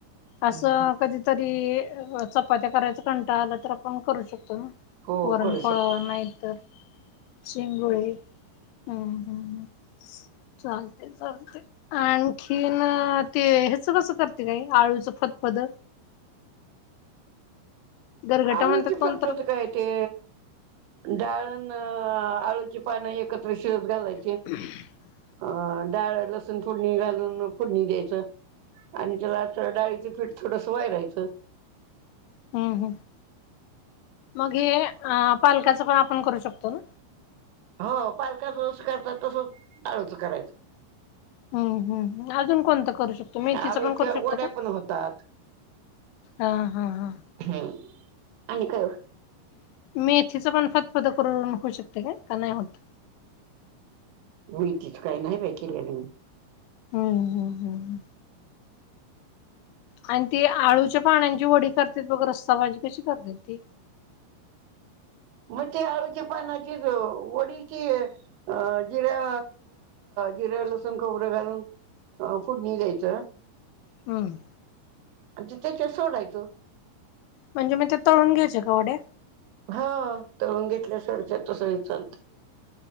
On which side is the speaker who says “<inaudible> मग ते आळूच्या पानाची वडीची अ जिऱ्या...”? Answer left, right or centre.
Right